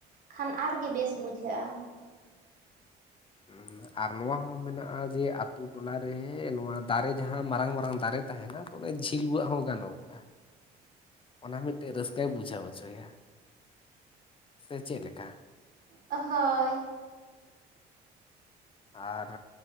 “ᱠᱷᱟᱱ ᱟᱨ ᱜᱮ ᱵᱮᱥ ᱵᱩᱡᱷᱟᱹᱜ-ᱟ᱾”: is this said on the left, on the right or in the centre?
Right